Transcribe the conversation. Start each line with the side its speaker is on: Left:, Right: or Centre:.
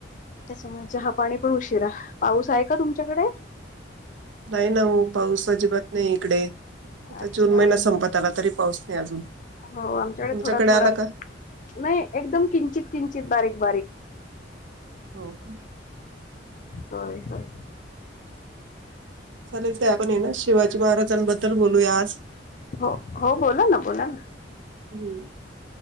Left: त्याच्यामुळे चहापाणी पण उशिरा. पाऊस आहे का तुमच्याकडे
Right: नाही ना हो पाऊस अजिबात नाही इकडे. आता
Left: अच्छा
Right: जून महिना संपत आला तरी पाऊस नाही अजून.
Left: हो आमच्याकडे
Right: तुमच्याकडे
Left: थोडा थोडा
Right: आला का?
Left: नाही. एकदम किंचित किंचित बारीक बारीक.
Right: हो का.
Left: होय होय.
Right: चालेल ते आपणए ना शिवाजी महाराजांबद्दल बोलूया आज.
Left: हो हो बोला ना बोला ना.
Right: हम्म.